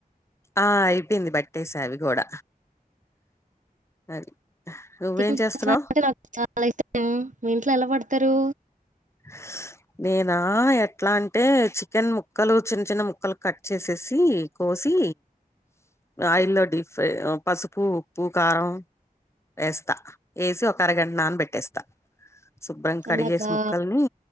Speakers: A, on the left; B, on the right.
A: ఆ అయిపోయింది బట్టేసేవి కూడాడ అది నువ్వేం
B: చికెన్
A: చేస్తున్నావు
B: పచ్చడి నాకు చాలా ఇష్టం మీ ఇంట్లో ఎలా పడతారు
A: <inaudible> నేనా ఎట్లా అంటే చికెన్ ముక్కలు చిన్న చిన్న ముక్కలు కట్ చేసేసి కో పోసి అల్లో డిఫ పసుపు ఉప్పు కారం వేస్తా వేసి ఒక అరగంట నాన్న పెట్టేస్తా శుభ్రం కడిగేసి
B: అలాగా
A: ముక్కల్ని